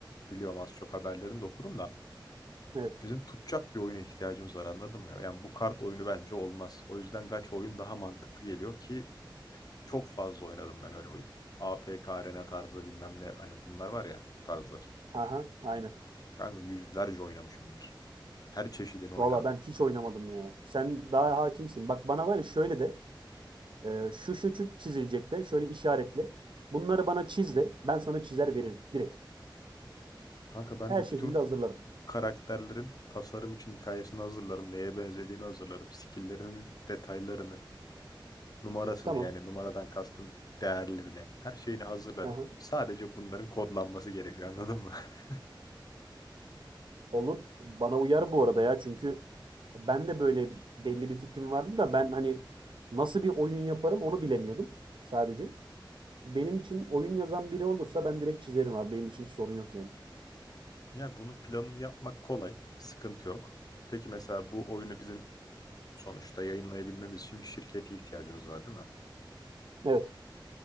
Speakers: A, on the left; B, on the right.
A: Biliyorum az çok haberlerini de okudum da.
B: Evet.
A: Bizim tutacak bir oyuna ihtiyacımız var anladın mı? Yani bu kart oyunu bence olmaz. O yüzden gacha oyun daha mantıklı geliyor ki çok fazla oynadım ben öyle oyun. AFK Arena tarzı bilmem ne hani bunlar var ya bu tarzlar.
B: Aha, aynen.
A: Kanka yüzlerce oynamışımdır. Her çeşidini oynadım.
B: Valla ben hiç oynamadım ya. Sen daha hakimsin. Bak bana var ya şöyle de e, şu şu şu çizilecek de şöyle işaretle. Bunları bana çiz de ben sana çizer veririm direkt.
A: Kanka ben
B: Her
A: de
B: şekilde
A: bütün
B: hazırlarım.
A: karakterlerin tasarım için hikayesini hazırlarım. Neye benzediğini hazırlarım. Skill'lerinin detaylarını, numarasını
B: Tamam.
A: yani numaradan kastım değerlerini, her şeyini hazırlarım.
B: <laughs>
A: Sadece bunların kodlanması gerekiyor anladın mı? <laughs>
B: Olur. Bana uyar bu arada ya çünkü ben de böyle belli bir fikrim vardı da ben hani nasıl bir oyun yaparım onu bilemiyordum sadece. Benim için oyun yazan biri olursa ben direkt çizerim abi. Benim için sorun yok yani.
A: Yani bunun planını yapmak kolay, sıkıntı yok. Peki mesela bu oyunu bizim sonuçta yayınlayabilmemiz için bir şirkete ihtiyacımız var, değil mi?
B: Evet.